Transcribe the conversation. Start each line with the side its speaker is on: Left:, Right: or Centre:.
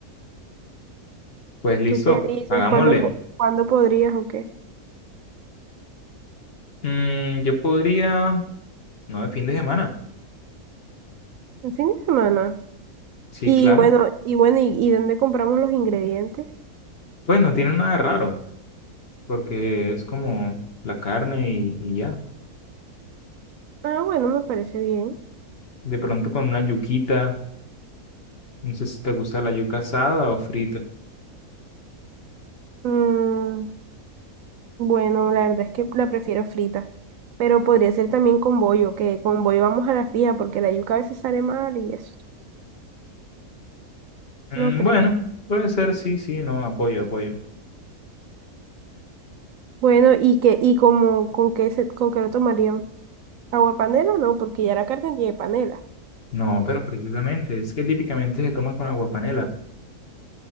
Left: Pues listo,
Right: ¿Tú qué dices?
Left: hagámosle.
Right: ¿Cuándo, po- cuándo podrías o qué?
Left: Mm, yo podría, no, de fin de semana.
Right: El fin de semana.
Left: Sí,
Right: Y
Left: claro.
Right: bueno, y bueno, ¿y, y dónde compramos los ingredientes?
Left: Pues no tiene nada de raro, porque es como la carne y, y ya.
Right: Ah, bueno, me parece bien.
Left: De pronto con una yuquita, no sé si te gusta la yuca asada o frita.
Right: Mm, bueno, la verdad es que la prefiero frita. Pero podría ser también con bollo, que con bollo vamos a las pijas, porque la yuca a veces sale mal y eso.
Left: Mm,
Right: No creo.
Left: bueno, puede ser, sí, sí, no, apoyo, apoyo.
Right: Bueno, ¿y qué, y como, con qué se, con qué lo tomarían? ¿Agua panela? No, porque ya la carne tiene panela.
Left: No, pero precisamente, es que típicamente se toma con agua panela.